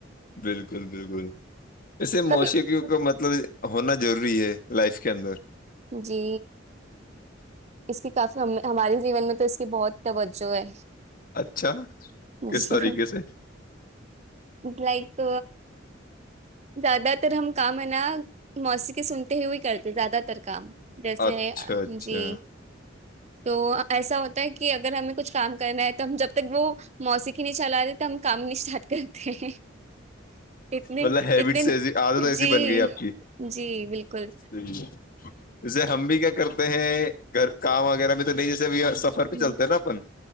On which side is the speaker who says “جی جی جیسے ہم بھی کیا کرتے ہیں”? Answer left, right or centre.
Left